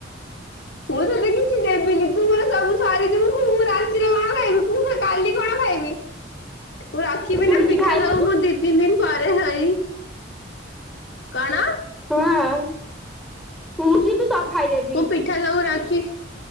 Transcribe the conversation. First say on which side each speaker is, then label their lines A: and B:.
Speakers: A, on the left; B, in the centre.
A: ମୁଁ ତତେ କିଛି ଦେବିନି ତୁ ମୋର ସବୁ ସରିଦବୁ ମୁଁ ରାଗି ରାତି ରେ କଣ ଖାଇବି କାଲି କଣ ଖାଇବି? ମୁଁ ରଖିବି
B: ତୁ
A: ନା
B: କିଛି
A: ପିଠା
B: ଖାଇବୁନୁ
A: ସବୁ ମୁଁ ଦି ତିନି ଦିିନ ପରେ ଖାଇବି। କଣ?
B: ହଁ ମୁଁ ଯିବି ସବୁ ଖାଇଦେବି।
A: ମୁଁ ପିଠା ସବୁ ରଖି